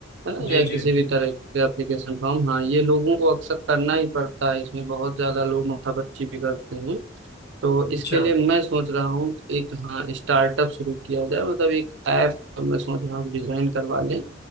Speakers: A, on the right (about 65°); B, on the left (about 55°).
A: है ना
B: जी
A: या
B: जी
A: किसी भी तरह के एप्लीकेशन फॉर्म हाँ ये लोगों को अक्सर करना ही पड़ता है इसमें बहुत ज्यादा लोग माथापच्ची भी करते हैं तो
B: अच्छा
A: इसके लिए मैं सोच रहा हूँ कि एक हाँ स्टार्टअप शुरू किया जाए मतलब एक ऐप मैं सोच रहा हूँ डिजाइन करवा लें